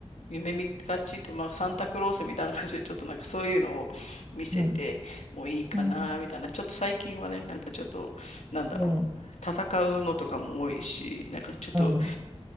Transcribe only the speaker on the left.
夢見がちと、まあサンタクロースみたいな感じでちょっとなんかそういうのを見せてもういいかな、
みたいな。ちょっと最近はね、なんかちょっと、なんだろう。
戦うのとかも多いし、なんかちょっと